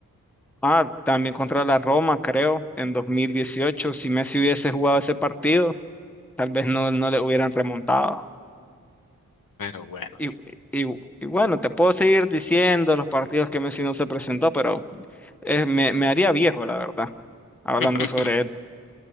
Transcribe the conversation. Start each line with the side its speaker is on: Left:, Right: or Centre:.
Centre: Ah, también contra la Roma, creo, en 2018, si Messi hubiese jugado ese partido tal vez no, no le hubieran remontado.
Left: pero bueno.
Centre: Y, y- y bueno, te puedo seguir diciendo los partidos que Messi no se presentó, pero eh, me, me haría viejo, la verdad, hablando
Left: <laughs>
Centre: sobre él